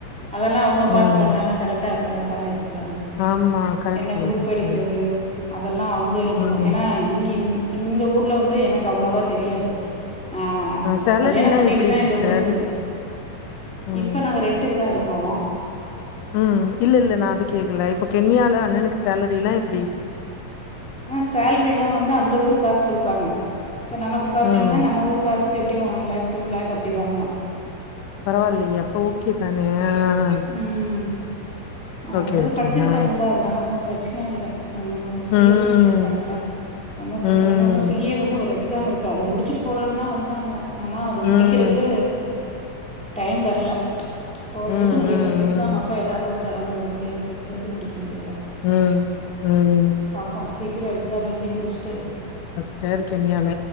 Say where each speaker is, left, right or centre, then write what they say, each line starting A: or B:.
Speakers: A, in the centre; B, on the left.
A: அதல்லா அவுங்க
B: ம்
A: பாத்து பண்ணாதா கரெக்டா இருக்குல்ல காலேஜிக்கெல்லா
B: ஆமா கரெக்ட்டு
A: என்ன குரூப்
B: கரெக்ட்டு
A: எடுக்கறது அதெல்லா அவுங்க இருக்கணு
B: ம்
A: ஏன்னா இங்க இ இந்த ஊர்ல வந்து எனக்கு அவ்ளோவா தெரியாது ஆ
B: சேலரிலா
A: கல்யாணோ பண்ணிட்டுதா
B: எப்டி
A: இந்த
B: சிஸ்டர்
A: ஊருக்கு வந்து
B: ம்
A: இப்ப நாங்க ரெண்ட்டுக்குதா இருக்கோ
B: ம் இல்ல இல்ல நா அது கேக்கல இப்ப கென்யால அண்ணனுக்கு சேலரி எல்லா எப்டி
A: ஆ சேல்ரி எல்லா வந்து அந்த ஊரு காசு குடுப்பாங்க இப்ப நமக்கு பாத்தீங்ன்னா
B: ம்.
A: நம்ம ஊரு காசு ஸ் எப்டியு ஒன் லேக் டூ லேக் அப்டி வாங்கலா
B: பரவால்லயே அப்ப ஓக்கே தான ஆ
A: ம்
B: ஓகே,
A: அது
B: ஓகே.
A: படிச்சிருக்காங்கள
B: ஆ.
A: அதனால ஒன்னூ ப்ரச்சன இல்ல ஆ ஆ சி
B: ம்.
A: எஸ் முடிச்சிருக்காங்கல்ல ஒன்னு
B: ம்.
A: ப்ரெச்சன இல்ல இன்னு சி ஏ வந்து ஒரு எக்ஸாம் இருக்கு து அத முடிச்சுட்டு போலான் தா வந்தாங்க ஆனா அத
B: ம்.
A: முடிக்கிறக்கு டைம் வர்ல போ
B: ம். ம்.
A: எழுத முடியல எக்ஸாம் அப்ப எதாரு ஒர் தடங்கள் வந்துட்டே இருக்கு எழுதி முடிக்க முடியல
B: ம் ம்
A: பாப்போ சீக்கிரோ எக்ஸாம் எழுதி முடிச்சுட்டு
B: சேர் கென்யால